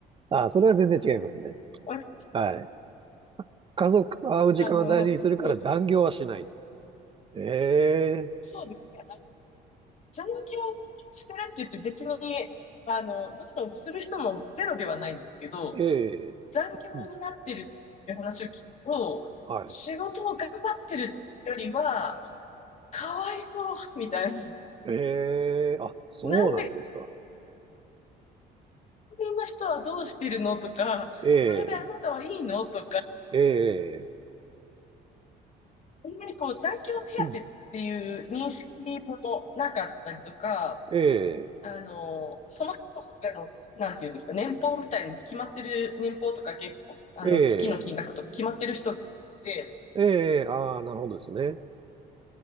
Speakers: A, on the right (about 30°); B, on the left (about 40°).
A: はあ、それは全然違いますね。
B: <laughs>
A: はい。家族と会う時間を大事にするから残業はしないと。
B: あの、もう
A: ええ
B: そうですね。あ残業してるって言って別に、あの、もちろんする人もゼロではないんですけど、
A: ええ、
B: 残業になってるっていう話を聞くと、
A: うん、はい。
B: 仕事を頑張ってるよりは、かわいそう、みたい
A: ええ、あ、そうなんですか。
B: な。<laughs> なんで辺の人はどうしてるのとか、
A: ええ、
B: それであなたはいいのとか、
A: ええ、
B: あんまりこう、残業手当っていう認識もなかったりとか、
A: うん、ええ、
B: あの、その人の、なんていうんですか、年俸みたいに決まってる、年俸とか月俸、あの、
A: ええ、
B: 月の金額とか決まってる人って、
A: ええ、ああ、なるほどですね。